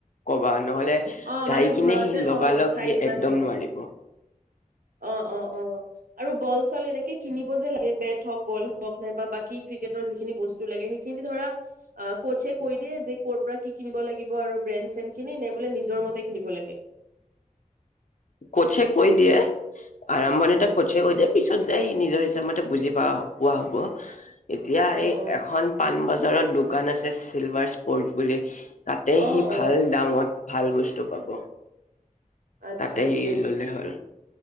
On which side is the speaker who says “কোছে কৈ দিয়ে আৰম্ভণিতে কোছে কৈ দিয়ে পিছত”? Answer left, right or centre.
Left